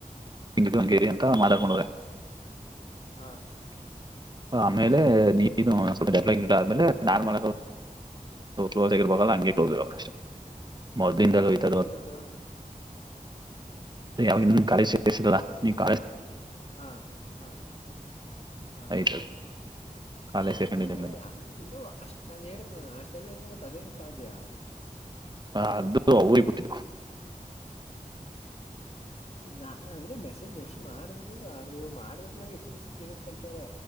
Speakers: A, on the right; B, on the left.
A: ತಿಂಗ್ ಹಗೇರಿ ಅಂತ ಮಾಲಾಡ್ಕೊಂಡೆ
B: ಹಾ
A: ಆಮೇಲೆ ನೀನು ಸ್ವಲ್ಪ ಎ ಆದ್ಮೇಲೆ ನಾರ್ಮಲ್ ಕ್ಲೋಸ್ ಆಗಿರಬಲ್ಲ ಹಂಗೆ ಕ್ಲೋಸ್ಷಮದಿಂದಲ್ಲ್ತ
B: ನನ್ ಕೇಳದ
A: ಯಾವ ಕಾಳಜ ಸಿಸಾ ನೀ ಕಾಳಜ
B: ಹಾ ಹಾ ಹಾ
A: ಐತದ ಕಾಲೇಜ್ ಸೇರ್ಕೊಂಡಿದ್ದಾಗ್ಲಿಂದ
B: ಏ ಅಮಲು ಅಷ್ಟ್ ನಾನನ್ ಹೇಳಿದ್ ನ ಅಷ್ಟೆಲ್ಲ ಇದ್ರು ಮತ್ ಅದೇಂಗ್ ಸಾಧ್ಯ
A: ಹ ಅದು ಯ್ಬುಟ್ಟಿದ್ದು
B: ನಾ ಅಂದ್ರೆ ಮೆಸೇಜ್ ಯಔಷ್ ಮಾಡಿದ್ ಅ್ರ ಇವ್ ಮಾಡಿದ ನಂಗ ಎಷ್ಟು ದಸ ಎಷ್ಟ ಕಳ್ಸವ್ರೆ